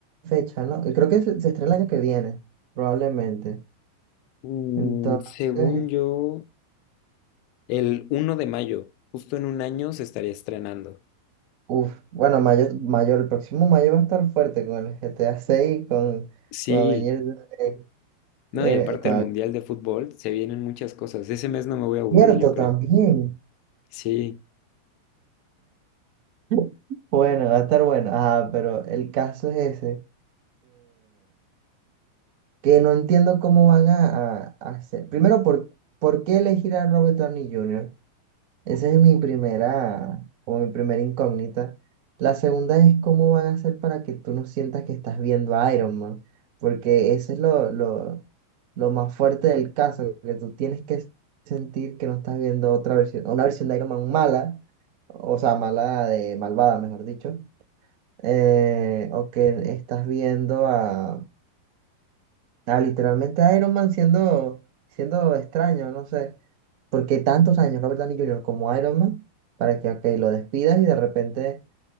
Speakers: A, on the right (about 45°); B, on the left (about 45°).
A: fecha, ¿no? Eh, Creo que se, se estrena el año que viene, probablemente.
B: Mm,
A: Entonces,
B: según yo, el uno de mayo, justo en un año, se estaría estrenando.
A: uff, bueno, mayo, mayor, el próximo mayo va a estar fuerte con el GTA 6, con,
B: Sí,
A: con Avengers, eh,
B: no,
A: eh,
B: y aparte
A: con
B: el
A: Avengers.
B: Mundial de Fútbol, se vienen muchas cosas. Ese mes no me voy a aburrir,
A: Cierto,
B: yo creo.
A: también.
B: Sí.
A: <laughs> Bueno, va a estar bueno. Ah, pero el caso es ese, que no entiendo cómo van a, a- a hacer. Primero, ¿por, por qué elegir a Robert Downey Jr.? Esa es mi primera, o mi primera incógnita. La segunda es cómo van a hacer para que tú no sientas que estás viendo a Iron Man, porque eso es lo, lo, lo más fuerte del caso, que tú tienes que sentir que no estás viendo otra versión, una versión de Iron Man mala, o sea, mala de malvada, mejor dicho, eh, o que estás viendo a Ah, literalmente Iron Man siendo, siendo extraño, no sé. Porque tantos años Robert Downey Junior como Iron Man para que ok, lo despidas y de repente